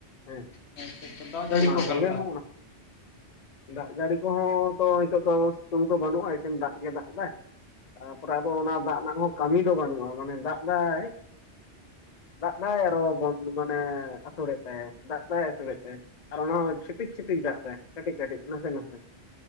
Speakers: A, on the left (about 45°); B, on the left (about 65°).
A: ᱦᱮᱸ,
B: ᱟᱪᱪᱷᱟ ᱟᱪᱪᱷᱟ ᱫᱟᱜ ᱡᱟᱹᱲᱤ
A: ᱚᱱᱟ
B: ᱠᱚ ᱚᱠᱟ
A: ᱠᱚᱜᱮ
B: ᱞᱮᱠᱟ?
A: ᱦᱚᱸ, ᱫᱟᱜ ᱡᱟᱹᱲᱤ ᱠᱚᱦᱚᱸ ᱛᱚ, ᱱᱤᱛᱚᱜ ᱫᱚ, ᱥᱤᱛᱩᱝ ᱫᱚ ᱵᱟᱹᱱᱩᱜᱼᱟ, ᱮᱠᱷᱮᱱ ᱫᱟᱜ ᱜᱮ ᱫᱟᱜ ᱮᱫᱟᱭ ᱾ ᱛᱟ ᱯᱚᱨᱮ ᱟᱫᱚ, ᱚᱱᱟ ᱫᱟᱜ ᱨᱮᱱᱟᱜ ᱦᱚᱸ, ᱠᱟᱹᱢᱤ ᱫᱚ ᱵᱟᱹᱱᱩᱜᱼᱟ, ᱢᱟᱱᱮ ᱫᱟᱜ ᱮᱫᱟᱭ ᱾ ᱫᱟᱜ ᱮᱫᱟᱭ, ᱟᱨᱚ ᱵᱚᱱ ᱢᱟᱱᱮ, ᱟᱹᱥᱩᱲᱮᱫ ᱛᱟᱭᱟ ᱾ ᱫᱟᱜ ᱮᱫᱟᱭ ᱟᱹᱥᱩᱲᱮᱫ ᱛᱟᱭᱟ ᱾ ᱟᱨ ᱚᱱᱟ ᱦᱚᱸ, ᱪᱷᱤᱯᱤᱠ ᱪᱷᱤᱯᱤᱠ ᱫᱟᱜ ᱮᱫᱟᱭ, ᱠᱟᱹᱴᱤᱡ ᱠᱟᱹᱴᱤᱡ, ᱱᱟᱥᱮ ᱱᱟᱥᱮ